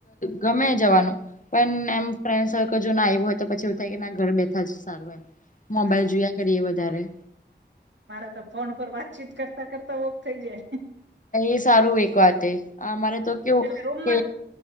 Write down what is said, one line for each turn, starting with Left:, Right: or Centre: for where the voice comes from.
Left: ગમે જવાનું પણ એમ ફ્રેન્ડસર્કલ જો ના આવ્યું હોય તો પછી એવ થાય કે ના ઘર બેઠા જ સારું એમ. મોબાઈલ
Right: હા
Left: જોયા કરીએ વધારે
Right: મારે તો ફોન પર વાતચીત કરતા કરતા વોક થઈ જાય.
Left: એ સારું એક વાત અમારે તો કેવું
Right: એલે રૂમ
Left: કે